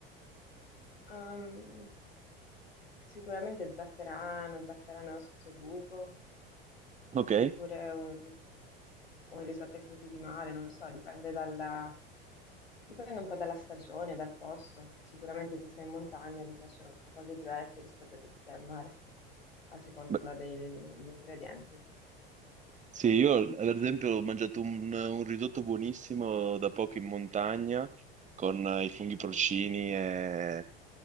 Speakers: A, on the left; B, on the right.
A: qualcosa... Sicuramente zafferano, zafferano al suo buco,
B: Ok.
A: oppure un, ri- un risotto ai frutti di mare, non lo so, dipende dalla- dipende un po' dalla stagione, dal posto. Sicuramente se sei in montagna ti piacciono cose diverse rispetto a che se sei al mare, a seconda
B: Beh,
A: del- degli ingredienti.
B: sì, io ad esempio ho mangiato un, un risotto buonissimo da poco in montagna con eh, i funghi porcini
A: Mm.
B: e,